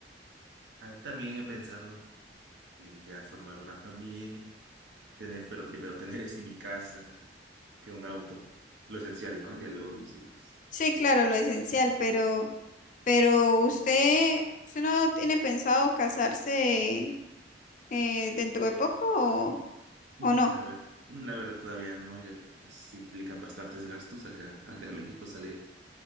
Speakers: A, on the right; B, on the left.
A: Ah, también he pensado en ya formar una familia, tener, pero primero tener eso en mi casa, que un auto, lo esencial, ¿no? Ya luego los hijos.
B: Sí, claro, lo esencial, pero, pero usted, ¿usted no tiene pensado casarse eh, dentro de poco o
A: Mm,
B: o no?
A: a ver, mm, la verdad todavía no, ya que pues sí implican bastantes gastos acá, acá en México sale